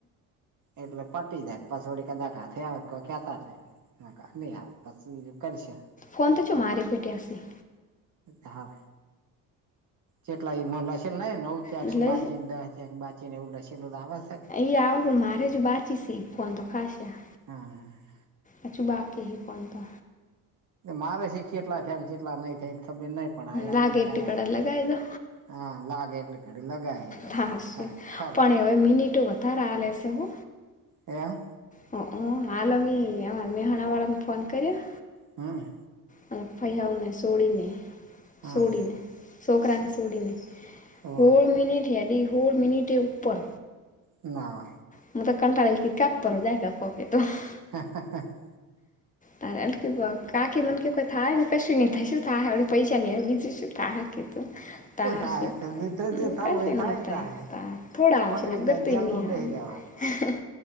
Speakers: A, on the right; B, on the left.
A: એટલે પટી જાય, પસોડી કે દાખેર ગોખ્યા તા <unintelligible> કર સે.
B: ફોન તોજો મારી પીટ્યાશી
A: હા, જેટલા ઈ મૌલા છે, <unintelligible>
B: એટલે
A: એક બાચી ને એવું લશેલું તો આવેસ.
B: ઈ આવું મારે જ બાંચી સી ફોનતો કાશા.
A: હા.
B: અચુ બાકી ફોનતો
A: મારે છી કેટલા થયાન ચેટલા નઈ થયા એત ખબર નઈ પણ અયાં
B: લાગે
A: એમ
B: એટલી
A: કા
B: કળા લગાવી દો
A: હા લાગે એટલે ઘડી લગયવા,
B: થાશે
A: જેમ થાય એમ કરો.
B: પણ હવે મિનિટો વધારે આલે શે હો.
A: એયા
B: હ હ, હાલવી ઓલા મેહાણા વાળાને ફોન કર્યો?
A: હમ્મ.
B: તો ફૈયાઓને સોડીને
A: હા
B: સોડીને, છોકરાને સોડીને,
A: ઓ
B: કોઈ મિનિટ થી હડી હોળ મિનિટએ ઉપર
A: ના.
B: હું તો કંટાળી <unintelligible>
A: <unintelligible>
B: તારે <unintelligible> કાકી મન કે કઈ થાય હે ને, કશું નહીં થાય, શું થાયહે, વળી પૈસા નહીં આવે બીજું શું. થાહે કીધું, તાહાર
A: થાય
B: શું,
A: કે જે
B: બીજું
A: જે થવું હોય
B: કશું
A: એ
B: નો થાય
A: જાય
B: તાહ. થોડા આવશે
A: પકડી
B: યા
A: જાય
B: ગાતુંયે
A: જેલમાં
B: ની
A: બેસી
B: આવે.
A: રહેવાનું